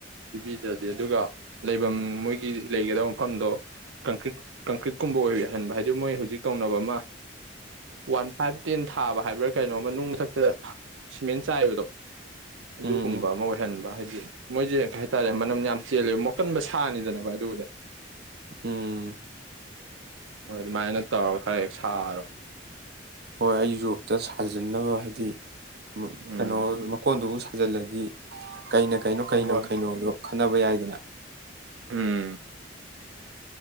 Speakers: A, on the right (about 85°); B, on the right (about 55°).
A: ꯄꯤꯕꯤꯗ꯭ꯔꯗꯤ ꯑꯗꯨꯒ ꯂꯩꯐꯝ ꯃꯣꯏꯒꯤ ꯂꯩꯒꯗꯕ ꯃꯐꯝꯗꯣ ꯀꯪꯀ꯭ꯔꯤꯠ ꯀꯪꯀ꯭ꯔꯤꯠꯀꯨꯝꯕ ꯑꯣꯏꯍꯟꯕ ꯍꯥꯏꯗꯤ ꯃꯣꯏ ꯍꯧꯖꯤꯛ ꯇꯧꯅꯕ ꯑꯃ ꯋꯥꯟ ꯐꯥꯏꯚ ꯇꯦꯟ ꯊꯥꯕ ꯍꯥꯏꯕ꯭ꯔꯥ ꯀꯩꯅꯣꯝꯃ ꯅꯨꯡ ꯃꯊꯛꯇꯗ ꯁꯤꯃꯦꯟ ꯆꯥꯏꯕꯗꯣ ꯑꯗꯨꯒꯨꯝꯕ
B: ꯎꯝ ꯎꯝ
A: ꯑꯃ ꯑꯣꯏꯍꯟꯕ ꯍꯥꯏꯗꯤ ꯃꯣꯏꯁꯦ ꯀꯩ ꯍꯥꯏꯇꯥꯔꯦ ꯃꯅꯝ ꯌꯥꯝ ꯆꯦꯜꯂꯦꯕ ꯃꯣꯀꯟꯕ ꯁꯥꯅꯤꯗꯅꯅꯕ ꯑꯗꯨꯕꯨꯗ
B: ꯎꯝ
A: ꯍꯣꯏ ꯑꯗꯨꯃꯥꯏꯅ ꯇꯧꯔꯒ ꯈꯔ ꯍꯦꯛ ꯁꯥꯔꯣ
B: ꯍꯣꯏ ꯑꯩ ꯌꯨꯔꯣꯞꯇ ꯁꯥꯖꯟꯅꯕ ꯍꯥꯏꯗꯤ
A: ꯎꯝ
B: ꯀꯩꯅꯣ ꯃꯀꯣꯟ ꯑꯗꯨ ꯐꯖꯤꯜꯂꯗꯤ ꯀꯩꯅꯣ ꯀꯩꯅꯣ ꯀꯩꯅꯣ
A: ꯍꯣꯏ ꯍꯣꯏ
B: ꯀꯩꯅꯣ ꯑꯗꯣ ꯈꯟꯅꯕ ꯌꯥꯏꯗꯅ
A: ꯎꯝ